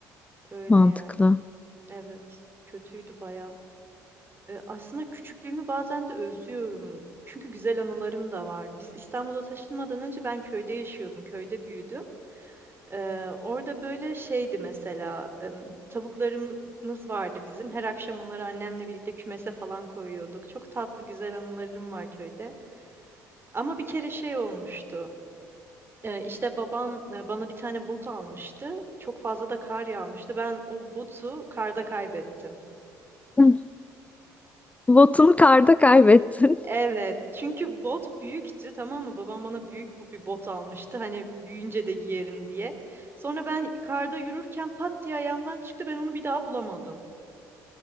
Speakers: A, on the right (about 25°); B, on the left (about 15°).
A: Öyle
B: Mantıklı.
A: yani. Evet. Kötüydü baya. aslında küçüklüğümü bazen de özlüyorum. Çünkü güzel anılarım da var. Biz İstanbul'a taşınmadan önce ben köyde yaşıyordum. Köyde büyüdüm. Ee, orada böyle şeydi mesela em, tavuklarımız vardı bizim. Her akşam onları annemle birlikte kümese falan koyuyorduk. Çok tatlı güzel anılarım var köyde. Ama bir kere şey olmuştu. Ee, işte babam e, bana bir tane bot almıştı. Çok fazla da kar yağmıştı. Ben o botu karda kaybettim.
B: <laughs> Hı. Botunu karda kaybettin.
A: Evet, çünkü bot büyüktü tamam mı? Babam bana büyük bu bir bot almıştı. Hani büyüyünce de giyerim diye. Sonra ben karda yürürken pat diye ayağımdan çıktı. Ben onu bir daha bulamadım.